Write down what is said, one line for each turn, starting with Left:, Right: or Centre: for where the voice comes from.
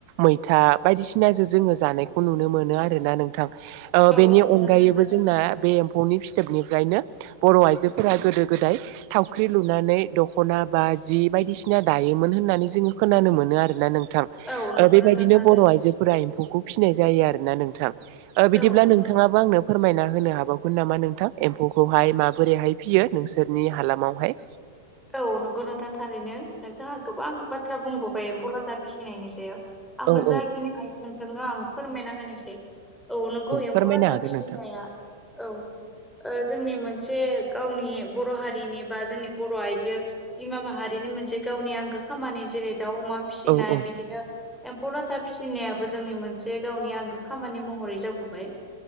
Right: मैथा बायदिसिनाजो जोङो जानायखौ नुनो मोनो आरोना नोंथां ओ
Centre: औ
Right: बेनि
Centre: नंगौ
Right: अनगायै
Centre: नोंथां थारैनो
Right: दा बे एम्फौनि फिथोबनिफ्रायनो बर' आइजोफोरा गोदो गोदाय, थावख्रि लुनानै दख'ना बा जि बायदिसिना दायोमोन होननानै जोङो खोनानो मोनो आरोना नोंथां। ओ
Centre: औ नंगौ
Right: बेबायदिनो
Centre: नोंथां थारैनो
Right: बर' आइजो फोरा एम्फौखौ फिसिनाय जायो आरोना नोंथां ओ बिदिब्ला
Centre: औ नंगौ
Right: नोंथाङाबो
Centre: नोंथां
Right: आंनो फोरमायना होनो हाबावगोन नामा नोंथां एम्फौखौहाय माबोरैहाय फियो नोंसोरनि हालामावहाय?
Centre: औ नंगौ नोंथां थारैनो नोंथाङा गोबां बाथ्रा बुंबोबाय एम्फौ लाथा फिसिनायनि सायाव। आंबो
Right: औ
Centre: जाखिनि
Right: औ
Centre: हायो नोंथांनो आं फोरमायना होनोसै। औ नंगौ
Right: फोरमायनो
Centre: एम्फौ लाथा
Right: हागोन
Centre: फिसिनाया
Right: नोंथां
Centre: औ ओ जोंनि मोनसे गावनि बर' हारिनि बा जोंनि बर' आइ जो बिमा माहारिनि मोनसे गावनि आंगो खामानि जेरै दाउ अमा फिसिनाय
Right: औ औ
Centre: बिदिनो एम्फौ लाथा फिसिनायाबो जोंनि मोनसे गावनि आंगो खामानि महरै जाबोबाय।